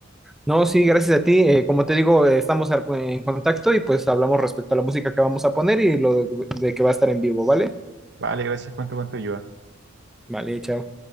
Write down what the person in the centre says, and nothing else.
No, sí, gracias a ti. eh, como te digo, eh, estamos a- en contacto y pues hablamos respecto a la música que vamos a poner y lo de de que va a estar en vivo, ¿vale?
Vale, chao.